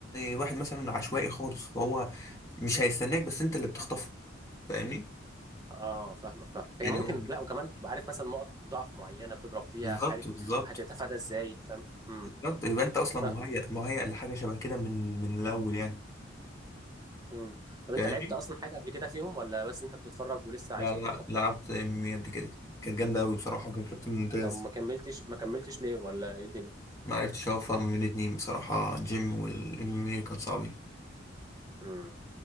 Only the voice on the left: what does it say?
واحد مثلا عشوائي خالص فهو مش هيستناك بس انت اللي بتخطفه فاهمني
يعني
هو
بالظبط
بالظبط
بالظبط يبقى انت اصلا
مهيأ مهيأ لحاجه شبه كده من من الاول يعني
فاهمني
لا
لا
لعبت MMA قبل كده كانت جامده قوي بصراحه وكان كابتن ممتاز
ما عرفتش اوفق ما بين الاتنين بصراحه جيم والام كان صعب